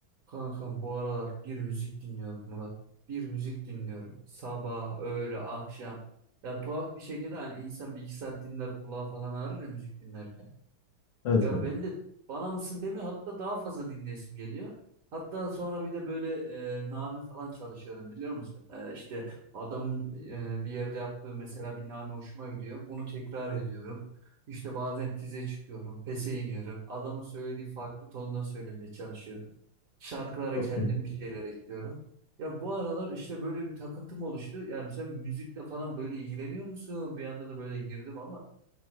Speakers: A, on the right; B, on the left.
A: Kanka bu aralar bir müzik dinliyorum Murat. Bir müzik dinliyorum. Sabah, öğle, akşam. Ya tuhaf bir şekilde hani insan bir iki saat dinler kulağı falan ağrır ya müzik dinlerken.
B: Evet
A: Ya
B: kanka.
A: ben de bana mısın demiyor hatta daha fazla dinlesim geliyor. Hatta sonra bir de böyle e, name falan çalışıyorum biliyor musun? E, işte adam e, bir yerde yaptığı mesela bir name hoşuma gidiyor. Onu tekrar ediyorum. İşte bazen tize çıkıyorum, pese iniyorum. Adamın söylediği farklı tonda söylemeye çalışıyorum. Şarkılara
B: Çok
A: kendim
B: iyi.
A: bir şeyler ekliyorum. Ya bu aralar işte böyle bir takıntım oluştu. Yani sen müzikle falan böyle ilgileniyor musun? Bir anda da böyle girdim ama.